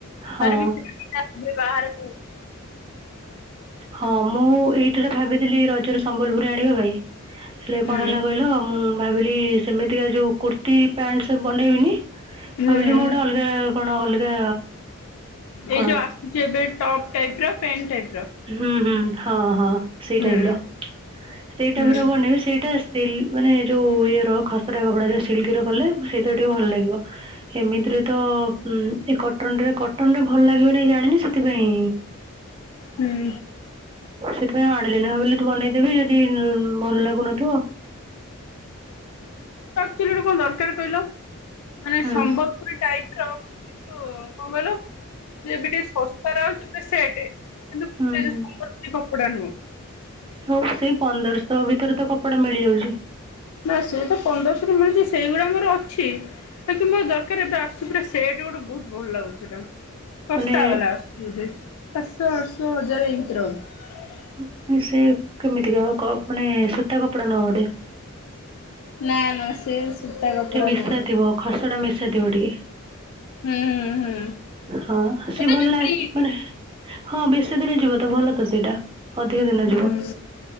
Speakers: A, on the right; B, on the left.
A: ହଁ
B: ତାର ବି <unintelligible> ବି ବାହାରେ।
A: ହଁ ମୁଁ ଏଇଥର ଭାବିଥିଲି ରଜରେ ସମ୍ବଲପୁରୀ ଆଣିବା ପାଇଁ। ହେଲେ
B: ହୁଁ
A: କଣ ହେଲା କହିଲ ମୁଁ ଭାବିଲି ସେମିତିକା ଯୋଉ କୁର୍ତ୍ତୀ ପ୍ୟାଣ୍ଟସ୍ ଟା ବନେଇବିନି
B: ହୁଁ
A: ଭାବିଲି ମୋ ଟା ଅଲଗା କଣ ଅଲଗା
B: ଏଇ
A: କ'ଣ
B: ଯୋଉ ଆସୁଚି ଏବେ ଟାଇପ୍ ର ପେନ୍ ଟାଇପ୍
A: ହୁଁ ହୁଁ ହଁ ହଁ ସେଇ
B: ହୁଁ
A: ଟାଇପ୍ ର ସେଇ ଟାଇପ୍
B: ହୁଁ
A: ର ବନେଇବେ ସେଇଟା ସିଲ୍ ମାନେ ଯୋଉ ଇଏର ଖସରା କପଡ଼ା ଯଉ ସିଲ୍କ୍ ର କଲେ ସେଇଟା ଟିକେ ଭଲ ଲାଗିବ ଏମିତି ର ଇ ତ ଉଁ ଏ କଟନ୍ ରେ କଟନ୍ ରେ ଭଲ ଲାଗିବ ନେଇ ଜା ଆନି ସେଥିପାଇଁ।
B: ହୁଁ
A: ସେଥିପାଇଁ ଆଉ ଆଣିଲିନି ଭାବିଲି ଏଠୁ ବନେଇଦେବି ଅଦି ଭଲ ଲାଗୁନଥୁବ।
B: ଆକ୍ଚୁଲି ଗୋଟେ କଣ ଦରକାର କହିଲ ମାନେ
A: ହଁ
B: ସମ୍ବଲପୁରୀ ଟାଇପ୍ ପ୍ର ଏ ଯୋଉ କଁ କହିଲ ଯେ ଏବେ ଟିଏ ଶସ୍ତାରେ ଆଉଚି ପୁରା ସେଟେ। କିନ୍ତୁ ପୁରା
A: ହଁ
B: ଯେ
A: ହଁ
B: ସମ୍ବଲପୁରୀ କପଡ଼ା ନୁହେଁ ନ।
A: ହଉ ସେଇ ପନ୍ଦରଶ ଭିତରେ ତ କପଡ଼ା ମିଳିଯାଉଚି।
B: ନାଁ ସେ ତ ପନ୍ଦରଶରୁ ମିଳୁଚି ସେଇଗୁଡ଼ା ମୋର ଅଛି। ବାକି ମୋର ଦରକାର ଏବେ ଆସୁଚି ପୁରା ସେଟ୍ ଗୋଟେ ବୋହୁତ ଭଲ ଲାଗୁ ସେଟା। ଶସ୍ତା
A: ମାନେ
B: ବାଲା ଆସୁଚି ବୋଧେ ସାତଶ ଆଠଶ ହଜାରେ ଏଇ ଭିତରେ ଆଉଚି।
A: ଉଁ ଏ ସେ କେମିତିକା ଅ କ ମାନେ ସୁତା କପଡ଼ା ନୁହଁ ବୋଧେ।
B: ନାଁ ନାଁ ସେ ସୂତା କପଡା
A: ଟିକେ ମିଶାଥିବ
B: ନୁହଁ
A: ଖସଡ଼ା ମିଶାଥିବ ଟିକେ।
B: ହୁଁଁ ହୁଁ ହୁଁ।
A: ହଁ ସିଏ
B: ଏଟା
A: ଭଲ
B: ଯୋଉ
A: ଲାଷ୍
B: ପ୍ରିଣ୍ଟ
A: କରେ ହଁ ବେଶୀ ଦିନି ଯିବ ତ ଭଲ ତ ସେଇଟା। ଅଧିକ ଦିନ
B: ହୁଁ।
A: ଯିବ